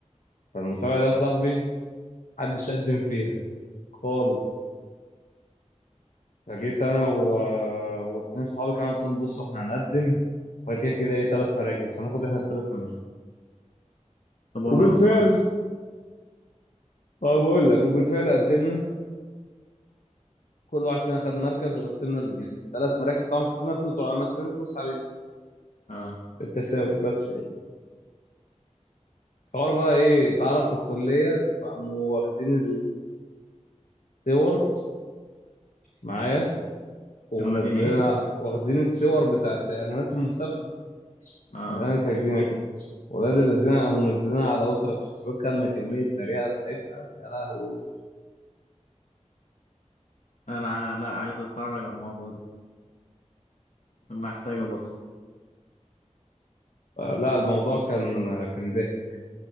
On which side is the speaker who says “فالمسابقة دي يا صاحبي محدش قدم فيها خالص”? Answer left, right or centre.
Left